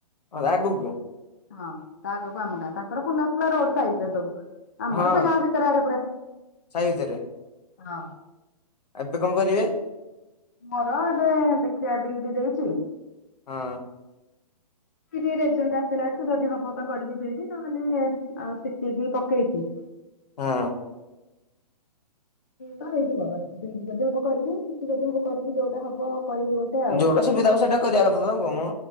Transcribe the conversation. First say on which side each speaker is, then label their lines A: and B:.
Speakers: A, on the left; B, on the left.
A: ଆଗକୁ
B: ହଁ ତା ଆଗକୁ ଆମ ଗାଁ ତାଙ୍କର ପୁରୁଣା ଦଶପଲା ରୋଡ ସାଇଟ୍ରେରେ ସବୁ। ଆମର
A: ହଁ
B: ସେଇ ଗାଁ ଭିତର ଆଡେ ପୁରା
A: ସାହି ଭିତରେ
B: ହଁ।
A: ଏବେ କଣ କରିବେ?
B: ମୋର ଏବେ ଦେଖିବା ବି ଡି ଦେଇଛି।
A: ହଁ
B: ରେଜଲଟ ଆସିଲା ଠୁ ଯଦି ହବ ତ କରିବି ବି ଡି ନହେଲେ ଆଉ ସି ଟି ବି ପକେଇଛି। କି
A: ହଁ।
B: ତ ହେଇଯିବ ଯଦି ହବ କରିବି ସି ଟି ଯଦି ହବ କରିବି ଯୋଉଟା ହବ କରିବି ଗୋଟେ ଆଉ।
A: ଯୋଉଟା ସୁବିଧା ହବ ସେଇଟା କରିବା କଥା ତ ଆଉ କଣ